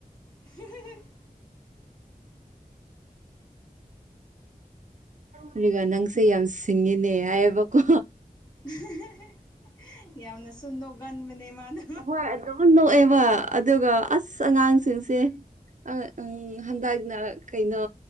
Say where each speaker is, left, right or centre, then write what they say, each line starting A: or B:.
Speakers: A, on the left (about 25°); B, on the right (about 55°).
A: <unintelligible>
B: ꯑꯗꯨꯒ ꯅꯪꯁꯦ ꯌꯥꯝ ꯁꯤꯡꯉꯤꯅꯦ ꯍꯥꯏꯌꯦꯕꯀꯣ
A: <unintelligible> ꯌꯥꯝ ꯌꯥꯝꯅ ꯁꯟꯗꯣꯒꯥꯟꯕꯅꯦ ꯃꯥꯗꯨ꯫
B: ꯑꯍꯣꯏ ꯑꯗꯨꯝ ꯅꯣꯛꯑꯦꯕ ꯑꯗꯨꯒ ꯑꯁ ꯑꯉꯥꯡꯁꯤꯡꯁꯦ꯫ ꯎꯝ ꯍꯟꯗꯛꯅ ꯀꯩꯅꯣ